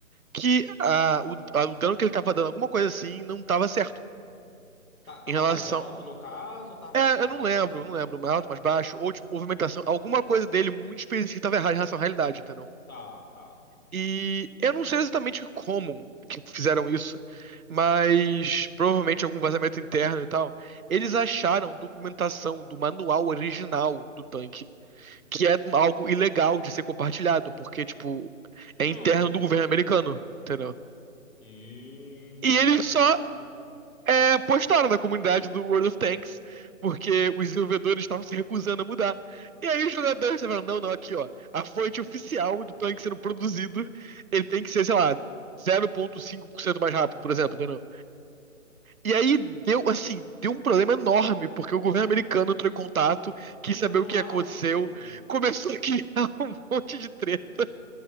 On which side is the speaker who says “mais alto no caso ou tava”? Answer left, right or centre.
Left